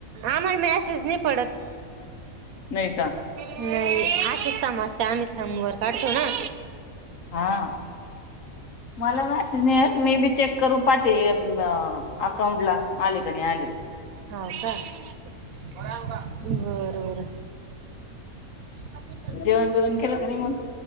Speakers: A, on the right; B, on the left.
A: आम्हाला मेसेज नाही पडत
B: ह.
A: नाही अशीच समजते आम्ही समर काढतो ना.
B: हा मलासे नाही मे बी चेक करून पाठे अकाउंट ला आले क नाही आली.
A: हो का बर बर. म ते
B: जेवण बिवण केलं का नाही